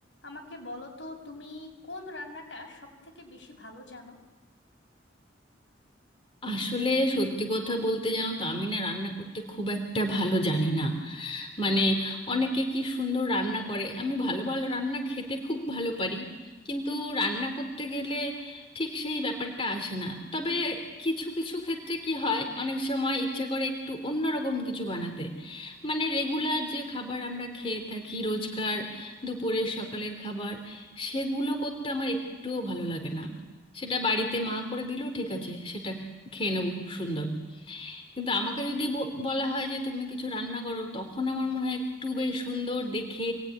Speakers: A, on the left (about 80°); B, on the left (about 30°).
A: আমাকে বলো তো তুমি কোন রান্নাটা সব থেকে বেশি ভালো জানো
B: আসলে সত্যি কথা বলতে জানো তো আমি না রান্না করতে খুব একটা ভালো জানি না মানে অনেকে কি সুন্দর রান্না করে আমি ভালো ভালো রান্না খেতে খুব ভালো পারি কিন্তু রান্না করতে গেলে ঠিক সেই ব্যাপারটা আসে না তবে কিছু কিছু ক্ষেত্রে কি হয় অনেক সময় ইচ্ছে করে একটু অন্যরকম কিছু বানাতে মানে রেগুলার যে খাবার আমরা খেয়ে থাকি রোজকার দুপুরের সকালের খাবার সেগুলো করতে আমার একটুও ভালো লাগে না সেটা বাড়িতে মা করে দিল ঠিক আছে সেটা খেয়ে নেবো খুব সুন্দর কিন্তু আমাকে যদি ব- বলা হয় যে তুমি কিছু রান্না করো তখন আমার মনে হয় একটু বেশ সুন্দর দেখে